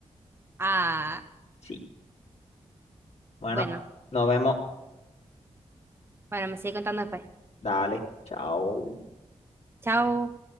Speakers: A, on the right; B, on the left.
A: Ah,
B: Sí. Bueno,
A: bueno.
B: nos vemos.
A: Bueno, me sigue contando después.
B: Dale, chao.
A: Chao.